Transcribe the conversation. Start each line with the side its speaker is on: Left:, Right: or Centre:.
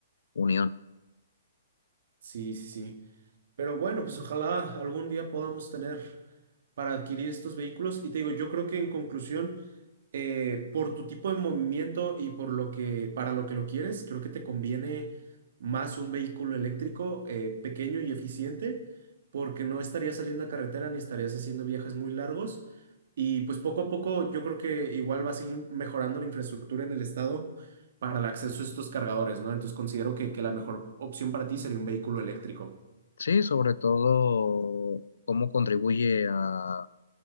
Left: Unión.
Right: Sí, sí, sí. Pero bueno, pues ojalá algún día podamos tener para adquirir estos vehículos. Y te digo, yo creo que en conclusión, eh, por tu tipo de movimiento y por lo que, para lo que lo quieres, creo que te conviene más un vehículo eléctrico eh, pequeño y eficiente, porque no estarías saliendo a carretera ni estarías haciendo viajes muy largos. Y pues poco a poco yo creo que igual va a seguir mejorando la infraestructura en el estado para el acceso a estos cargadores, ¿no? Entonces considero que, que la mejor opción para ti sería un vehículo eléctrico.
Left: Sí, sobre todo cómo contribuye a